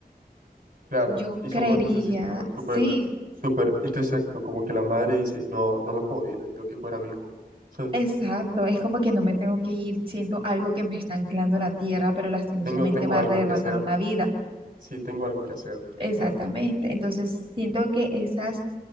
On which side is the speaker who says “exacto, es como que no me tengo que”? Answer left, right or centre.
Right